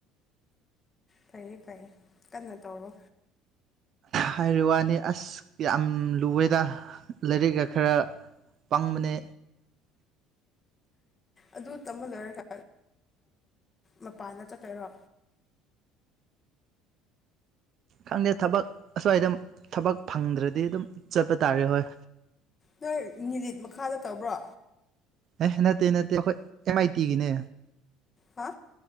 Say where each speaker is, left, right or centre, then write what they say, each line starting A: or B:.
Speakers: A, on the left (about 20°); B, on the right (about 40°).
A: ꯐꯩꯌꯦ ꯐꯩ ꯀꯟꯅꯣ ꯇꯧꯔꯣ
B: ꯍꯥꯏꯔꯤꯕ ꯋꯥꯅꯤ ꯑꯁ ꯌꯥꯝ ꯂꯨꯋꯦꯗ ꯂꯥꯏꯔꯤꯛꯒ ꯈꯔ ꯄ ꯃꯅꯦ
A: ꯑꯗꯨ ꯇꯝꯍꯗꯣꯏꯔꯀ ꯃꯄꯥꯟꯗ ꯆꯠꯠꯇꯔꯣ
B: ꯈꯪꯗꯦ ꯊꯕꯛ ꯑꯁ꯭ꯋꯥꯏꯗ ꯊꯕꯛ ꯐꯪꯗ꯭ꯔꯗꯤ ꯑꯗꯨꯝ ꯆꯠꯄ ꯇꯥꯔꯦ ꯍꯣꯏ
A: ꯅꯣꯏ ꯅꯤꯂꯤꯠ ꯃꯈꯥꯗ ꯇꯧꯕ꯭ꯔꯣ
B: ꯑꯦ ꯅꯠꯇꯦ ꯅꯠꯇꯦ ꯑꯩꯈꯣꯏ ꯑꯦꯝ ꯑꯥꯏ ꯇꯤꯒꯤꯅꯦ
A: ꯍꯥ